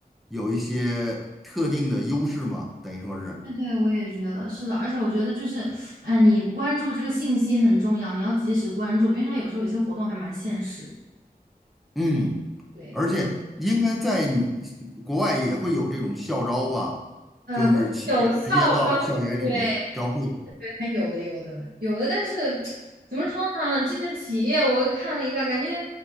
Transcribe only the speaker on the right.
对对，我也觉得是的，而且我觉得就是，哎，你关注这个信息很重要，你要及时关注，因为它有时候有些活动还蛮限时。
对，
呃，
国内有校招，对，还有的，有的，有的，但是怎么说呢？这些企业我看了一下，感觉